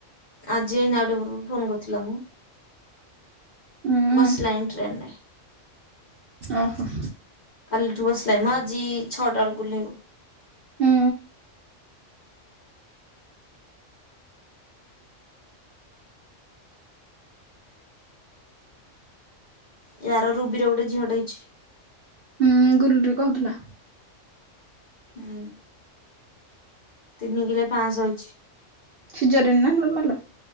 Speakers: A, on the left; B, on the right.
A: ଆଜି ଏଇନା ଆଉ ଟିକେ ପୂର୍ବରୁ ଫୋନ୍ କରିଥିଲା ମୁଁ।
B: ହୁଁ
A: ବସିଲାଣି ଟ୍ରେନ୍ ରେ।
B: ଓହୋ।
A: କାଲିଠୁ ବସିଲାଣି ମୋ ଆଜି ଛଅଟା ବେଳକୁ ଉହ୍ଲେଇବ।
B: ହୁଁ
A: ୟାର ରୁବିର ଗୋଟେ ଝିଅଟେ ହେଇଛି।
B: ହୁଁ, ଗୁଲୁରୀ କହୁଥିଲା।
A: ହୁଁ। ତିନିକିଲେ ପାଁଶହ ହେଇଛି।
B: ସିଜରିୟାନ୍ ନା ନର୍ମାଲ୍?